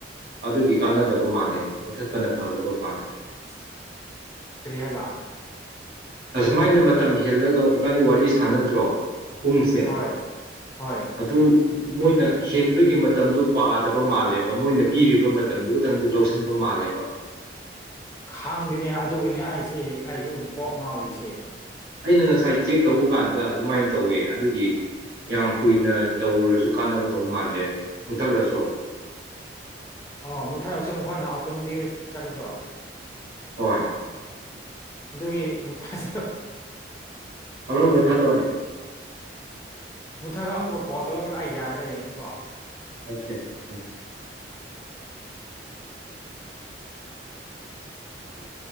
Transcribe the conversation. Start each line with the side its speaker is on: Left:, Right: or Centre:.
Right: ꯑꯗꯨꯒꯤ ꯀꯥꯟꯅꯗꯕ ꯃꯥꯜꯂꯦꯅꯦ ꯃꯨꯊꯠꯄꯅ ꯐꯒꯗꯧ ꯃꯥꯜꯂꯦ
Left: <unintelligible> ꯀꯩ ꯍꯥꯌꯕꯥ
Right: ꯑꯁꯨꯃꯥꯏꯅ ꯃꯇꯝ ꯍꯦꯜꯂꯒ ꯏꯕꯥꯅꯤ ꯋꯥꯔꯤ ꯁꯥꯟꯅꯗ꯭ꯔꯣ ꯄꯨꯡꯁꯦ
Left: ꯍꯣꯏ ꯍꯣꯏ
Right: ꯑꯗꯨ ꯃꯣꯏꯅ ꯍꯦꯟꯕꯒꯤ ꯃꯇꯝꯗꯨ ꯄꯥꯗꯕ ꯃꯥꯜꯂꯦꯕ ꯃꯣꯏꯅ ꯄꯤꯔꯤꯕ ꯃꯇꯝꯗꯨ ꯈꯇꯪꯗꯤ ꯂꯧꯁꯤꯟꯕ ꯃꯥꯜꯂꯦꯕ
Left: ꯈꯪꯗꯅꯦ ꯑꯗꯨꯒꯅꯤ ꯑꯩꯁꯦ ꯑꯩꯁꯨꯨ ꯀꯣꯛ ꯉꯥꯎꯔꯤꯁꯦ
Right: ꯑꯩꯅ ꯉꯁꯥꯏ ꯆꯦꯛ ꯇꯧꯕ ꯀꯥꯟꯗ ꯑꯗꯨꯃꯥꯏꯅ ꯇꯧꯋꯦ ꯑꯗꯨꯒꯤ ꯌꯥꯝ ꯀꯨꯏꯅ ꯇꯧꯨꯔꯁꯨ ꯀꯥꯟꯅꯒꯗꯧꯕ ꯃꯥꯟꯗꯦ ꯃꯨꯊꯠꯂꯁꯨ꯭ꯔꯣ
Left: ꯑꯣ ꯃꯨꯛꯊꯔꯁꯨ ꯃꯈꯣꯏꯅ ꯑꯣꯇꯣꯃꯦꯇꯤꯛ ꯆꯠꯀꯗ꯭ꯔꯣ
Right: ꯍꯣꯏ
Left: ꯑꯗꯨꯒꯤ ꯃꯨꯊꯥꯁꯦ
Right: ꯑ ꯃꯊꯥꯜꯂꯣꯅꯦ
Left: ꯃꯨꯊꯒ ꯑꯃꯨꯛꯀ ꯀꯣꯜ ꯇꯧꯔꯒꯦ ꯑꯩ ꯌꯥꯒꯗ꯭ꯔꯥ ꯌꯦꯡꯁꯤꯀꯣ
Right: ꯑꯣꯀꯦ ꯎꯝ ꯎꯝ